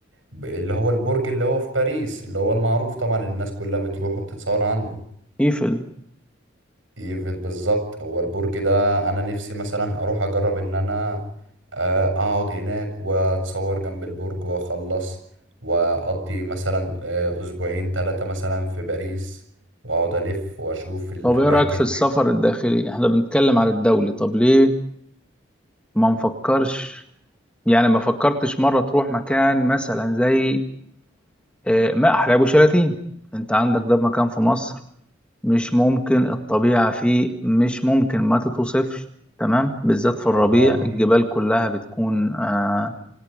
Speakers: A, on the right; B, in the centre.
A: ب- اللي هو البرج اللي هو في باريس اللي هو المعروف طبعا الناس كلها بتروح وبتتصور عنه
B: ايفل
A: ايفل بالظبط هو البرج ده انا نفسي مثلا اروح اجرب ان انا آه، اقعد هناك واتصور جنب البرج واخلص واقضي مثلا آه، اسبوعين ثلاثة مثلا في باريس واقعد الف واشوف الاماكن
B: طب ايه رايك في السفر الداخلي احنا بنتكلم على الدولي طب ليه ما نفكرش يعني ما فكرتش مره تروح مكان مثلا زي آه، ما احلى ابو شلاتين انت عندك ده مكان في مصر مش ممكن الطبيعة فيه مش ممكن ما تتوصفش تمام بالذات في الربيع
A: والله
B: الجبال كلها بتكون آه